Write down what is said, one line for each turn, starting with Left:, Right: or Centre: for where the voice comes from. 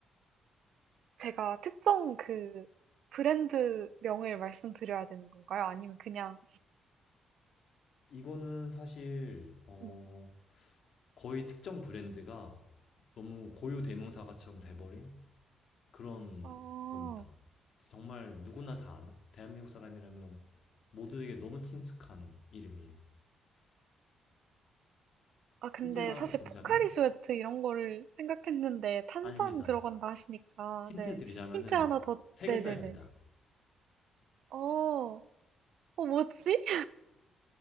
Right: 제가 특정 그 브랜드 명을 말씀드려야 되는 건가요? 아니면 그냥
Left: 이거는 사실 어,
Right: 네.
Left: 거의 특정 브랜드가 너무 고유 대명사가처럼 돼버린 그런
Right: 어,
Left: 겁니다. 정말 누구나 다 아는 대한민국 사람이라면 모두에게 너무 친숙한 이름이에요.
Right: 아, 근데
Left: 힌트를 하나
Right: 사실
Left: 더 드리자면
Right: 포카리 스웨트 이런 거를 생각했는데 탄산
Left: 아닙니다.
Right: 들어간다 하시니까
Left: 힌트
Right: 네.
Left: 드리자면은
Right: 힌트 하나 더,
Left: 세
Right: 네네네.
Left: 글자입니다.
Right: 어, 어, 뭐지?